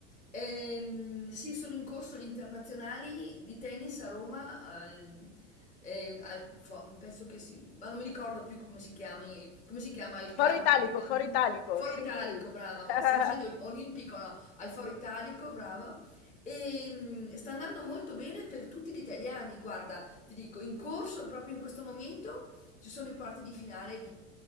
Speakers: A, on the left; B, on the left.
A: Ehm, sì, sono in corso gli internazionali di tennis a Roma. al- ehm, al- fo- penso che si, ma non mi ricordo più come si chiami, come si chiama il camp,
B: Foro Italico,
A: i campi.
B: Foro Italico,
A: Foro Italico,
B: sì.
A: bravo.
B: <laughs>
A: Stavo dicendo ol- olimpico, no, al Foro Italico, bravo. E sta andando molto bene per tutti gli italiani. Guarda, ti dico, in corso proprio in questo momento ci sono i quarti di finale